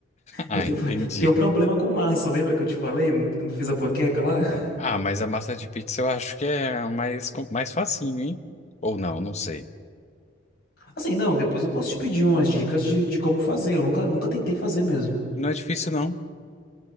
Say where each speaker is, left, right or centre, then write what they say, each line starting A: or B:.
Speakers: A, on the left (about 35°); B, on the left (about 50°).
A: Ah,
B: Eu tenho,
A: entendi.
B: <laughs> tenho um problema com massa. Lembra que eu te falei quando fiz a panqueca lá?
A: Ah, mas a massa de pizza eu acho que é mais, com- mais facinho, hein? Ou não, não sei.
B: Assim, não, depois eu posso te pedir umas dicas de, de como fazer. Eu nunca, nunca tentei fazer mesmo.
A: Não é difícil, não.